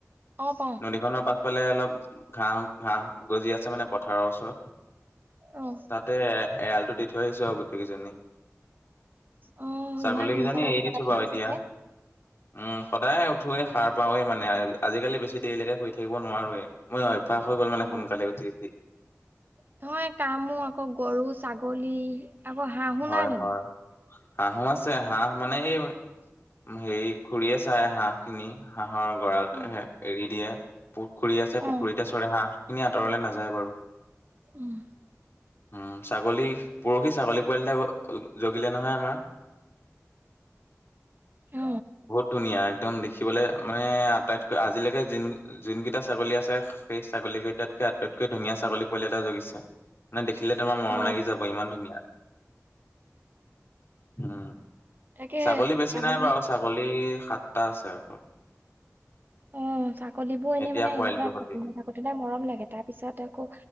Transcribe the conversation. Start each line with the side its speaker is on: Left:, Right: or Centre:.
Right: অ', পাওঁ।
Left: নদীখনৰ পাছ পিছফালে অলপ ঘাঁহ-ঘাঁহ গজি আছে মানে পথাৰৰ ওচৰত।
Right: অ'।
Left: তাতে এ এৰালটো দি থৈ আহিছো আৰু গোটেইকেইজনী।
Right: অ
Left: ছাগলীকেইজনী
Right: ইমান সোনকালে
Left: এৰি
Right: উঠিব
Left: দিছো
Right: লাগে
Left: বাৰু
Right: নহয়
Left: এতিয়া।
Right: চাগে
Left: উ, সদায় উঠোৱে, সাৰ পাওৱে মানে। আজিকালি বেছি দেৰিলেকে হৈ থাকিব নোৱাৰোৱে <unintelligible> মানে
Right: অ
Left: সোনকালে উঠি উঠি।
Right: নহয় কামো আকৌ গৰুজ- ছাগলী আকৌ হাঁহো
Left: হয়
Right: নাই জানো।
Left: হয় হাঁহো আছে হাঁহ মানে এই হেৰি খুৰি চায় হাঁহ খিনি হাঁহ হাঁহৰ, গঁৰাল
Right: অ
Left: এৰি দিয়ে পুখুৰী আছে।
Right: অ
Left: পুখুৰীতে চৰে হাঁহ। এইখিনি আঁতৰলে নাযায় বাৰু।
Right: উহঁ।
Left: উম ছাগলী, পুৰহি ছাগলী। জগিলে নহয়। আমাৰ
Right: অ
Left: বহুত। ধুনীয়া একদম দেখিবলৈ মানে আটাইতকৈ আজিলৈকে য যোনকেইটা ছাগলী আছে, সেই ছাগলী <unintelligible> আটাইতকৈ ধুনীয়া ছাগলী পোৱালি এটা জগিছে। মানে দেখি দেখিলে তোমাৰ মৰম
Right: অ
Left: লাগি যাব ইমান ধুনীয়া। উম।
Right: তাকেহে
Left: ছাগলী বেছি
Right: ছাগলী
Left: নাই বাৰু। ছাগলী সাতটা আছে অকল।
Right: অ থাক ছাগলীবোৰ এনেই
Left: এতিয়া
Right: মানে <unintelligible>
Left: পোৱালিটোৰ সতি
Right: মৰম লাগে। তাৰপিছত আকৌ